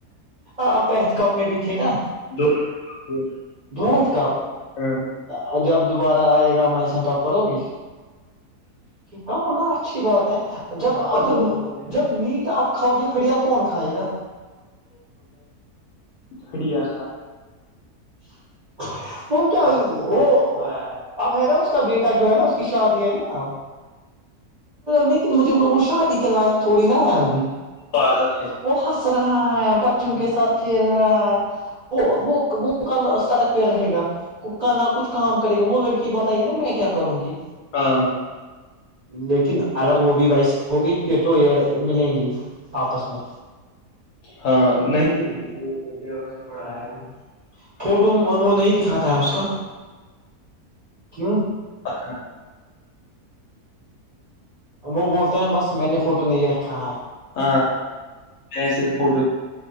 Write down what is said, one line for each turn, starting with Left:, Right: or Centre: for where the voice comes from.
Right: ہاں آپ احتکاب میں بھی تھے نا
Left: دو منٹ.
Right: دو احتکاب
Left: ہاں
Right: اور جب دوبارہ آئے گا م ایسا تو اپ کرو گی کہ ہونا اچھی بات ہے جب
Left: اب
Right: جب جب میٹ آپ کھاؤ گے ہڑیا کون کھائے گا
Left: ہڑیا
Right: <inaudible> وہ کیا وہ اب ہے نا اس کا بیٹا جو ہے نا اس کی شادی ہے نا لیکن مجھے ب اوشاتی کہ لائق تھوڑی نہ ہے ابھی
Left: پاگل ہے
Right: وہ ہس رہا ہے چوں کے ساتھ کھیل رہا وہ وہ وہ کل سڑک پہ رہے گا کک نہ کچھ کام کرے گا وہ لڑکی بتائے گی نا میں کیا کروں گی
Left: ہاں
Right: لیکن اگر وہ بھی ویسی ہوگی پھر تو ایئر ملیں گی آپس میں
Left: ہاں
Right: نہیں وہ سے پڑھا ہے <inaudible>
Left: وہ
Right: فوٹو وہ نہیں دکھاتا ہے اس کا کیوں
Left: ا <inaudible>
Right: وہ بولتے ہیں بس میں نے فوٹو نہیں رکھا ہے
Left: ہاں ایسے فوٹو